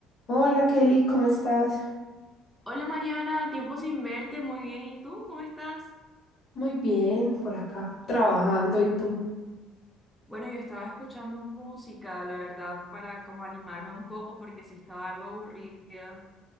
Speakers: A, on the left; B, in the centre.
A: Hola Kelly, ¿cómo estás?
B: Hola Mariana, tiempo sin verte, muy bien. ¿Y tú cómo estás?
A: Muy bien, por acá, trabajando y tú.
B: Bueno, yo estaba escuchando música, la verdad, para como animarme un poco porque sí estaba algo aburrida.